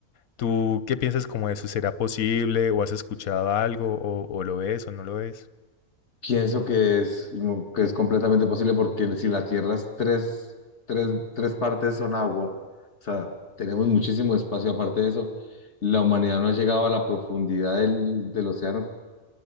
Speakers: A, on the left (about 75°); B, on the left (about 50°).
A: ¿Tú qué piensas como de eso? ¿Será posible? ¿O has escuchado algo? ¿O, o lo ves o no lo ves?
B: Pienso que es, que es completamente posible porque si la Tierra es tres, tres, tres partes son agua, o sea, tenemos muchísimo espacio. Aparte de eso, la humanidad no ha llegado a la profundidad del, del océano